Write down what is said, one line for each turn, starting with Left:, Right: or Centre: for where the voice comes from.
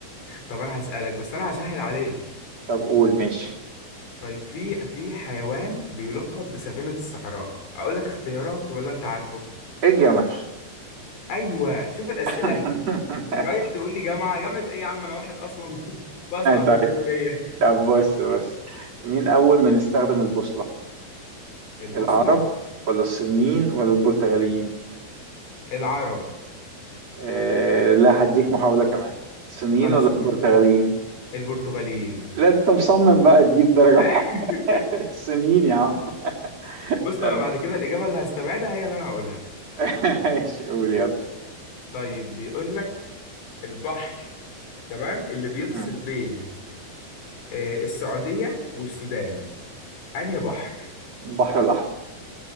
Left: طب انا هسالك بس انا هسهل عليك
Right: طب قول ماشي
Left: طيب في في حيوان بيلقب بسفينه الصحراء اقول لك اختيارات ولا انت عارفه
Right: إيه الجمل
Left: ايوه شوف الاسئله
Right: <laughs>
Left: رايح تقول لي جامعة جامعة ايه يا عم انا واحد اصلا <laughs> بسقط
Right: طيب
Left: في الكلية
Right: طب بص بص مين أول من استخدم البوصلة؟
Left: البوصلة
Right: العرب ولا الصينيين ولا البرتغاليين؟
Left: العرب
Right: آه لا هديك محاولة كمان الصينيين
Left: خلاص
Right: ولا
Left: البرتغ...
Right: البرتغاليين؟
Left: البرتغاليين
Right: لا أنت مصمم بقى تجيب درجة
Left: <laughs>
Right: واحدة <laughs> الصينيين يا عم <laughs>
Left: بص
Right: طب
Left: انا بعد كده الاجابة اللي هستبعدها هي اللي انا هقولها
Right: <laughs> ماشي قول يلا
Left: طيب بيقول لك البحر تمام اللي بيفصل
Right: مم.
Left: بين آه، السعودية والسودان انهي بحر
Right: البحر الأحمر